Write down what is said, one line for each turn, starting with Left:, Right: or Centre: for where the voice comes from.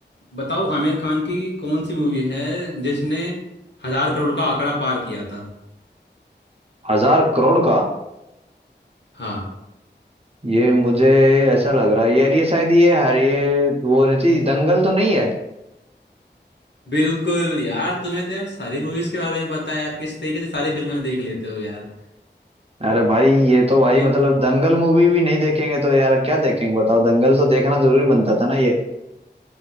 Left: बताओ आमिर खान की कौन सी मूवी है जिसने हजार करोड़ का आंकड़ा पार किया था
Right: हजार करोड़ का
Left: हाँ
Right: ये मुझे ऐसा लग रहा है यार ये शायद ये हर ये वो होनी चाहिए दंगल तो नहीं है
Left: बिल्कुल यार तुम्हें तो यार सारी मूवीज के बारे में पता है यार किस तरीके से सारी फिल्में देख लेते हो यार
Right: अरे भाई ये तो भाई
Left: ये
Right: मतलब दंगल मूवी भी नहीं देखेंगे तो यार क्या देखेंगे बताओ दंगल तो देखना जरूरी बनता था ना ये